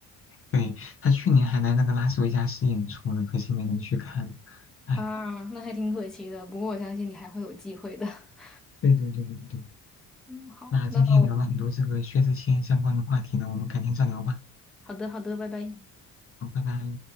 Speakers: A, on the left; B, in the centre.
A: 对，他去年还来那个拉斯维加斯演出了，可惜没能去看。哎，
B: 啊，那还挺可惜的。不过我相信你还会有机会的。<laughs>
A: 对对对对对，
B: 嗯，好，
A: 那今天也聊了很多这个薛之谦相关的话题呢，
B: 那我
A: 我们改天再聊吧。
B: 好的，好的，拜拜。
A: 好，拜拜。